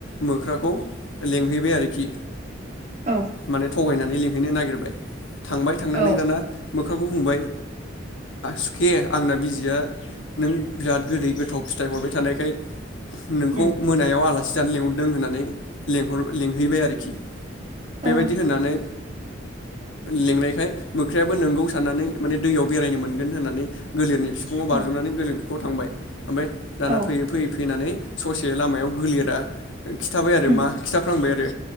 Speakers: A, on the left (about 75°); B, on the right (about 35°).
A: मोख्राखौ लें हैबाय आरोखि
B: औ
A: माने थगायनानै लिंहैनो नागिरबाय थांबाय थांनानै
B: औ
A: दाना मोख्राखौ बुंबाय सुखे आंना बिजिया नों बिराद गोदै गोथाव फिथाइ हरबाय थानायखाय नोंखौ
B: उम
A: मोनायाव आला सि जानो लेंंहरदों होननानै लिंहैबाय आरोखि
B: औ
A: बेबायदि होननानै लेंनायखाय मोख्रायाबो नोंगौ साननानै माने दैयाव बेरायनो मोनगोन होननानै गोलेरनि फिफुङाव
B: औ
A: बाजोबनानै गलोमो खौ थांबाय ओमफ्राय दाना
B: औ
A: फै फै फै फैनानै ससे लामायाव गोलेरा खिथाबाय आरो
B: उम
A: मा खिथाफांबाय आरो